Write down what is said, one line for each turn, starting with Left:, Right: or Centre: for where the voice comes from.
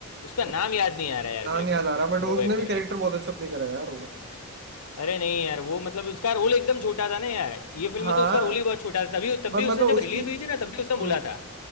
Left: उसका नाम
Right: Okay.
Left: याद नहीं आ रहा यार
Right: नाम
Left: मेरे
Right: याद
Left: को
Right: आ रहा बट
Left: वो
Right: उसने
Left: एक्टर
Right: भी कैरेक्टर
Left: का
Right: बहुत अच्छा प्ले करा है यार वो
Left: अरे नहीं यार वो मतलब उसका रोल एकदम छोटा था ना यार ये फिल्म
Right: हाँ
Left: में तो उसका रोल ही बहुत छोटा था तभी तब
Right: पर
Left: भी
Right: मतलब
Left: उसने जब
Right: उसकी
Left: रिलीज हुई थी ना तब भी उसने
Right: हम्म
Left: बोला था